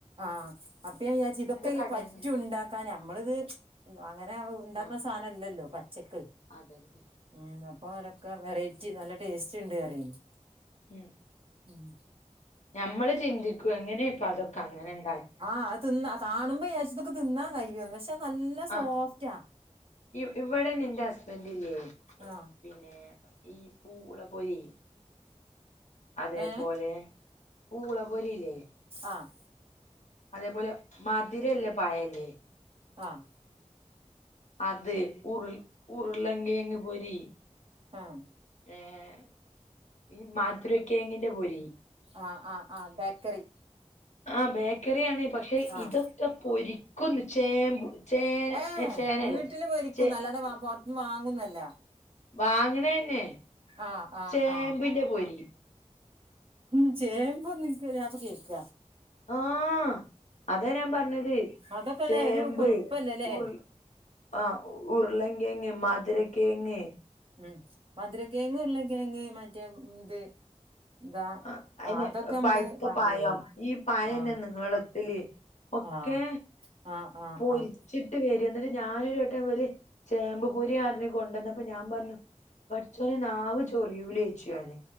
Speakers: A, on the right (about 50°); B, on the left (about 75°).
A: ആഹ് അപ്പ ഞാൻ വിചാരിച്ചു ഇതൊക്കെ
B: കടേന്ന്
A: പറ്റും ഇണ്ടാക്കാൻ നമ്മളിത് അങ്ങനെ ഉണ്ടാക്കുന്ന
B: ആഹ്
A: സ സാനല്ലല്ലോ പച്ചക്ക്.
B: അതന്നെ.
A: ഉം അപ്പൊ അവരൊക്കെ വെറൈറ്റി നല്ല ടേസ്റ്റ്ണ്ട് അറെയെനി
B: ഉം.
A: ഉം.
B: ഞമ്മള് ചിന്തിക്കും എങ്ങനെപ്പ അതൊക്കെ അങ്ങനെ ഇണ്ട
A: ആഹ് അ തിന്ന കാണുമ്പോ വിയാര്ച്ചും ഇതൊക്കെ തിന്നാൻ കഴിയൊന്ന് പക്ഷെ നല്ല
B: ആ
A: സോഫ്റ്റാ
B: ഇ ഇവിടെ നിന്റെ ഹസ്ബൻഡില്ലേ?
A: ആ
B: പിന്നെ ഈ പൂള പൊരി അതേ
A: ഏ
B: പോലെ പൂള പൊരിയില്ലേ?
A: ആഹ്.
B: അതേ പോലെ മധുരല്ലേ പഴയില്ലേ?
A: ആഹ്.
B: അത് ഉർൾ ഉരുളെങ്കെങ്ങ് പൊരി
A: ആഹ്.
B: ഏഹ് ഈ മധരക്കേങ്ങിന്റെ പൊരി.
A: ആഹ് ആഹ് ആഹ് ബേക്കറി.
B: ആഹ് ബേക്കറി ആണ് പക്ഷെ
A: ആഹ്
B: ഇതൊക്കെ പൊരിക്കുംന്ന് ചേമ്പ് ചേന
A: ഏഹ്
B: ചേനല്ല
A: വീട്ടിൽ പൊരിക്കു
B: ചേ
A: അല്ലാതെ പൊറത്തന്ന് വാങ്ങുന്നല്ല.
B: വാങ്ങ്ണെന്നെ
A: ആഹ് ആഹ്
B: ചേമ്പിന്റെ
A: ആഹ്
B: പൊരി.
A: ഉം ചേമ്പോന്ന് ഇൻക്ക് ഞാനിപ്പോ കേക്ക.
B: ആഹ് അതാ ഞാൻ പറഞ്ഞത്
A: അതൊക്കെല്ലേ
B: ചേമ്പ്
A: ഒരു കൊഴുപ്പല്ലല്ലേ
B: ഉർ ആഹ് ഉരുളങ്കെങ്ങ്, മധുരക്കെങ്ങ്.
A: ഉം മധുരക്കേങ്ങ്, ഉരുളക്കെഴങ്ങ് മറ്റേ ഇത് എന്താ
B: ആഹ് അയ്ന്
A: അതൊക്കെ നമ്മള്
B: പഴ്‌ത്ത
A: വാങ്ങീണ്
B: പയം ഈ പയന്നെ
A: ആഹ്
B: നീളത്തില് ഒക്കേ
A: ആഹ് ആഹ് ആഹ്.
B: പൊരിച്ചിട്ട്
A: ആഹ്
B: വെര ന്നിട്ട് ഞാനൊരു വട്ടം ഇവല് ചേമ്പ് പൊരിയ അറിഞ് കൊണ്ടുവന്നപ്പോ ഞാൻ പറഞ്ഞു പടച്ചോനെ നാവ് ചൊറിയൂലോയ്ച്ചു ഞാന്.